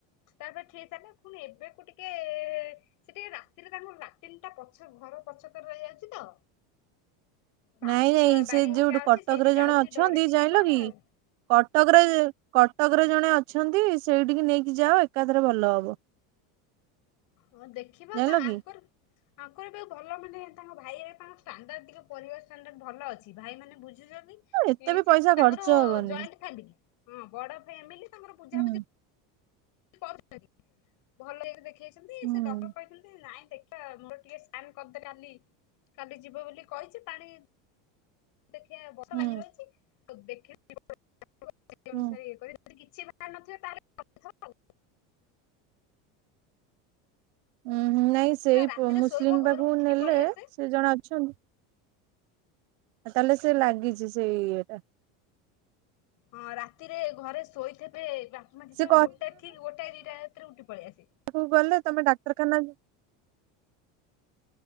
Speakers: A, on the left (about 60°); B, on the right (about 85°).
A: ତାପରେ ଠିକ୍ ଥେଲେ ଫୁଣି ଏବେକୁ ଟିକେ ସିଏ ଟିକେ ରାତିରେ ତାଙ୍କୁ ଲାଟିନଟା ପଛ ଘର ପଛକରେ ରହିଯାଉଚି ତ ବାଉଁଶ
B: ନାଇଁ ନାଇଁ
A: ବା ବାରି
B: ସେ
A: ହେରିକା
B: ଯୋଉଠୁ କଟକରେ
A: ଅଛି ସେଇଠି
B: ଜଣେ
A: ଯାଉଚି
B: ଅଛନ୍ତି
A: ଡରିଛି
B: ଜାଣିଲ
A: କି କଣ ଆଉ।
B: କଟକରେ କଟକରେ ଜଣେ ଅଛନ୍ତି ସେଇଠିକି ନେଇକି ଯାଅ ଏକାଥେରେ ଭଲ ହବ।
A: ହଁ ଦେଖିବା
B: ଜାଣିଲ
A: ତା
B: କି।
A: ଆଙ୍କରୁ ଆଙ୍କୁ ଏବେ ଭଲ ମାନେ ତାଙ୍କ ଭାଇ ଏଇ ତାଙ୍କ ଷ୍ଟାଣ୍ଡାର୍ଡ ଟିକେ ପରିବାର ଷ୍ଟାଣ୍ଡାର୍ଡ ଭଲ ଅଛି ଭାଇମାନେ ବୁଝ୍ ଝୁଚନ୍ତି ଇ
B: ଏତେ ବି
A: ସିଏ
B: ପଇସା
A: ତାଙ୍କର
B: ଖର୍ଚ୍ଚ ହବନି
A: ଜଏଣ୍ଟ ଫାମିଲ ହଁ ବଡ ଫ୍ଯାମିଲି ତାଙ୍କର ବୁଝାବୁଝି
B: ହୁଁ
A: ଇ କରୁଛନ୍ତି ଭଲ ଇଏରେ ଦେଖେଇଛନ୍ତି
B: ହୁଁ
A: ସେ ଡକ୍ଟର କହିଛନ୍ତି ନାଇଁ ଦେ ଟା ମୋର ଟିକେ ସ୍କାନ କରିଦେ କାଲି କାଲି ଯିବ ବୋଲି କହିଛି ପାଣି ଦେଖିଆ ବର୍ଷା
B: ହୁଁ
A: ଲାଗି ରହିଛି ତ ଦେଖିଲି <unintelligible> ସେଇ
B: ହୁଁ
A: ଅନୁସାରେ <unintelligible> ଯଦି କିଛି ଭାରି ନଥିବ ତାହେଲେ <unintelligible> ଆଉ।
B: ଉଁ ହୁଁ ନାଇଁ ସେଇ
A: ସେ ବା ରାତିରେ
B: ପ ମୁସଲିମ୍
A: ଶୋଇବ ଘରୁ
B: ପାଖୁକୁ
A: ଉଠିକି
B: ନେଲେ
A: ପଳେଇ ଆସେ।
B: ସିଏ ଜଣେ ଅଛନ୍ତି ଆଉ ତାହେଲେ ସିଏ ଲାଗିଚି ସେଇ ଇଏଟା।
A: ହଁ ରାତିରେ ଘରେ ଶୋଇଥେବେ ବାପା ମା ଯେତବେଳୁକୁ
B: ସେ
A: ଗୋଟାଏ ଠିକ୍ ଗୋଟାଏ ଦିଟା ରାତିରେ ଉଠି ପଳି ଆସିବେ।
B: ପାଖୁକୁ ଗଲେ ତମେ ଡାକ୍ତରଖାନା ଯ